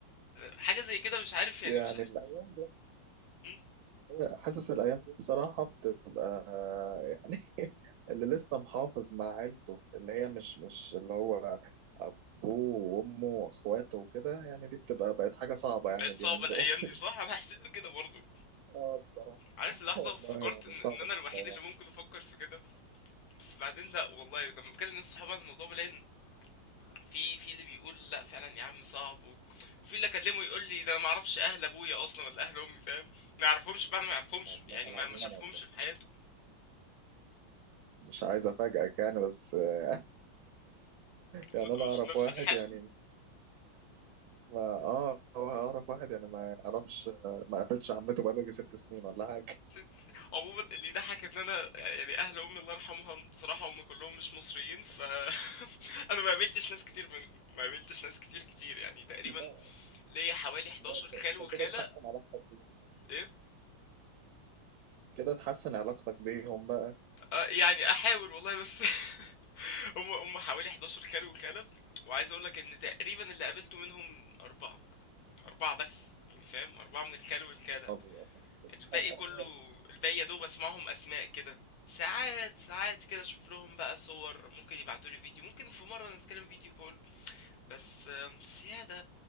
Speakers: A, on the left; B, on the right.
A: حاجه زي كده مش عارف يعني
B: يعني
A: مش عارف
B: الأيام دي
A: هم؟
B: حاسس الأيام دي بصراحة بتبقى يعني <laughs> اللي لسه محافظ مع عيلته اللي هي مش مش اللي هو أبوه وأمه وأخواته وكده يعني دي بتبقى بقت حاجة صعبة يعني
A: بقت صعبه
B: اليومين
A: الايام
B: دول <laughs>
A: دي صح انا حسيت بكده برضه
B: اه بصراحة
A: عارف اللحظة
B: والله
A: افتكرت
B: يعني
A: ان
B: صعب
A: ان انا
B: انك
A: الوحيد
B: تروح.
A: اللي ممكن افكر في كده بس بعدين لا والله لما بكلم ناس صحابي عن الموضوع بلاقي إن في في اللي بيقول لا فعلا يا عم صعب و... وفي اللي اكلمه يقول لي ده انا ما اعرفش اهل ابويا اصلا ولا اهل امي فاهم ما يعرفهمش بعد ما يعرفهمش
B: والله
A: يعني
B: العظيم
A: ما ما شافهمش
B: انا
A: في حياته
B: مش عايز افاجئك يعني بس <laughs> يعني
A: ما تقولش
B: انا اعرف
A: نفس
B: واحد
A: الحال
B: يعني ما اه هو اعرف واحد يعني ما يعرفش ما قابلش عمته بقاله يجي ست سنين ولا حاجه
A: ست سنين. عموما اللي ضحك ان انا يعني اهل امي الله يرحمها صراحة هم كلهم مش مصريين ف <laughs> انا ما قابلتش ناس كتير منهم ما قابلتش ناس كتير كتير يعني تقريبا
B: لا
A: ليا حوالي 11
B: لا ده
A: خال وخالة
B: ده كده تحسن علاقتك بيهم
A: ايه
B: كده تحسن علاقتك بيهم بقى
A: آه، يعني احاول والله بس <laughs> هم هم حوالي 11 كلب وكلب وعايز اقول لك ان تقريبا اللي قابلته منهم اربعة اربعة بس يعني فاهم اربعة من الكلب والكلة
B: طب يا
A: الباقي
B: نهار
A: كله
B: أبيض.
A: الباقي يا دوب اسمعهم اسماء كده ساعات ساعات كده اشوف لهم بقى صور ممكن يبعتوا لي فيديو ممكن في مرة نتكلم فيديو كول بس آم، بس يا ده